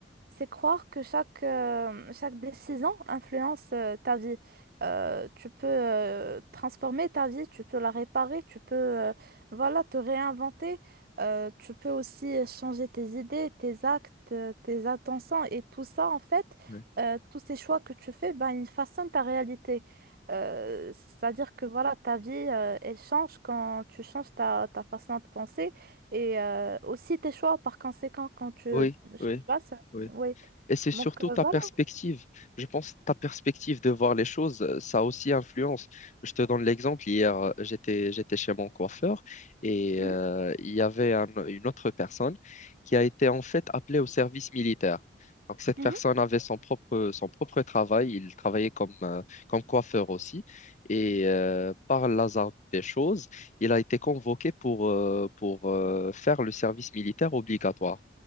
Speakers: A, on the right; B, on the left.
A: c'est croire que chaque, euh, chaque décision influence euh, ta vie. Euh, tu peux euh, transformer ta vie, tu peux la réparer, tu peux euh, voilà, te réinventer. Euh, tu peux aussi changer tes idées, tes actes, euh, tes intentions et tout ça, en fait,
B: Ouais.
A: euh, tous ces choix que tu fais, ben, ils façonnent ta réalité. Euh, c'est-à-dire que voilà, ta vie, euh, elle change quand tu changes ta, ta façon de penser et euh, aussi tes choix par conséquent quand tu
B: Oui,
A: changes
B: oui.
A: pas
B: oui.
A: oui,
B: Et c'est surtout
A: donc euh,
B: ta
A: voilà.
B: perspective. Je pense que ta perspective de voir les choses, euh, ça aussi influence. Je te donne l'exemple. Hier, euh, j'étais, j'étais chez mon coiffeur et
A: Mhm,
B: euh, il y avait un- une autre personne qui a été en fait appelée au service militaire. Donc cette
A: mhm.
B: personne avait son propre, son propre travail. Il travaillait comme, euh, comme coiffeur aussi. Et euh, par l'hasard des choses, il a été convoqué pour, euh, pour euh, faire le service militaire obligatoire.